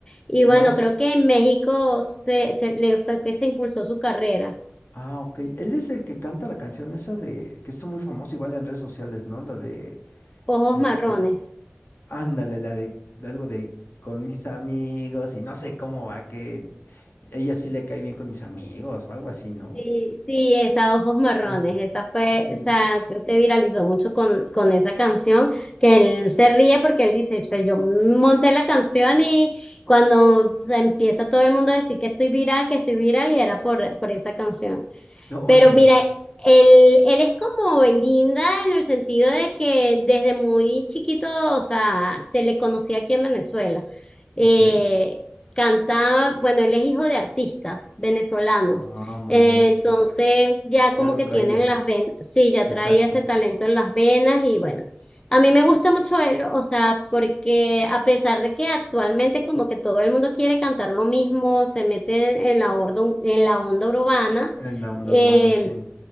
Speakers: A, on the left (about 20°); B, on the left (about 60°).
A: Y
B: Las.
A: bueno, creo que en México se, se le fue que se impulsó su carrera.
B: Ah, ok. Él es el que canta la canción esa de, que es muy famosa igual en redes sociales, ¿no? La de,
A: Ojos
B: este,
A: marrones.
B: ándale, la de, de algo de con mis amigos y no sé cómo va, que ella sí le cae bien con mis amigos o algo así, ¿no?
A: Sí, sí, esa Ojos Marrones,
B: Esa.
A: esa fue,
B: Sí.
A: o sea,
B: <laughs>
A: se viralizó mucho con, con esa canción, que él se ríe porque él dice, o sea, yo monté la canción y cuando se empieza todo el mundo a decir que estoy viral, que estoy viral, y era por, por esa canción.
B: Órale.
A: Pero mira, él, él es como Belinda en el sentido de que desde muy chiquito, o sea, se le conocía aquí en Venezuela. Eh,
B: Ok.
A: canta, bueno, él es hijo de artistas venezolanos.
B: Ah, muy
A: Eh,
B: bien, muy
A: entonces
B: bien.
A: ya como
B: Ya lo
A: que
B: traía.
A: tienen las venas, sí, ya
B: Exacto.
A: traía ese talento en las venas y bueno. A mí me gusta mucho él, o sea, porque a pesar de que actualmente como que todo el mundo quiere cantar lo mismo, se mete en la, ordo- en la onda urbana,
B: En la onda
A: eh,
B: urbana, sí.